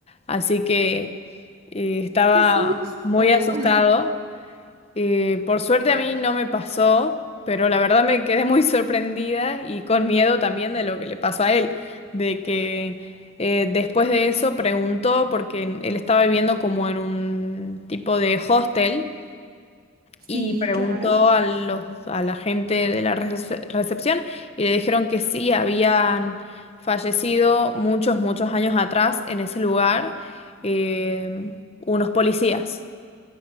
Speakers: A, on the left; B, on the right.
A: Así que eh, estaba
B: ¡Qué susto!
A: muy asustado eh, por suerte a mí no me pasó, pero la verdad me quedé muy <laughs> sorprendida y con miedo también de lo que le pasó a él, de que eh, después de eso preguntó, porque él estaba viviendo como en un tipo de hostel,
B: Sí,
A: y preguntó
B: claro.
A: a los, a la gente de la recep- recepción y le dijeron que sí, habían fallecido muchos, muchos años atrás en ese lugar eh, unos policías.